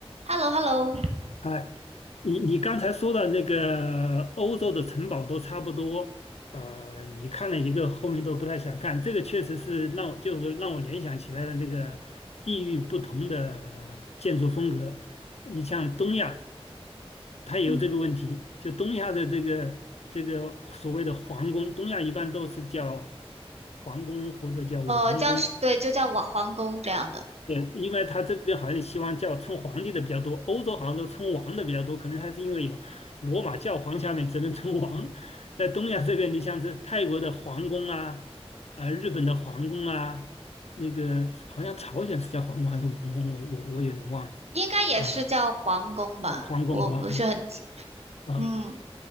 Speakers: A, on the right; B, on the left.
A: h e l l o h e l l o
B: 哎，你你刚才说的那个欧洲的城堡都差不多，呃，你看了一个后面都不太想看，这个确实是让我就是让我联想起来了那个地域不同的建筑风格。你像东亚，它也有这个问题，
A: 嗯，
B: 就东亚的这个这个所谓的皇宫，东亚一般都是叫皇宫或者叫王宫，
A: 呃，叫是，对，就叫我皇宫这样的，
B: 对，因为他这边好像希望叫称皇帝的比较多，欧洲好像都称王的比较多，可能他是因为有罗马教皇下面只能称王，在东亚这边，你像是泰国的皇宫啊，啊、日本的皇宫啊，那个好像朝鲜是叫皇宫还是王宫，我我我有点忘了
A: 应该也是叫皇宫吧，
B: 啊，皇皇宫好像
A: 我不是很清，
B: 啊，
A: 嗯